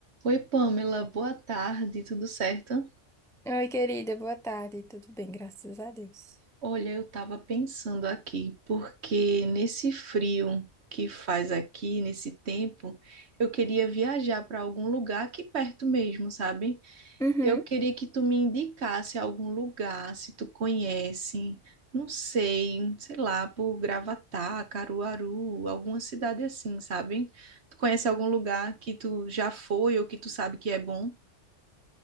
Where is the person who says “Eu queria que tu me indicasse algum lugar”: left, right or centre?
Right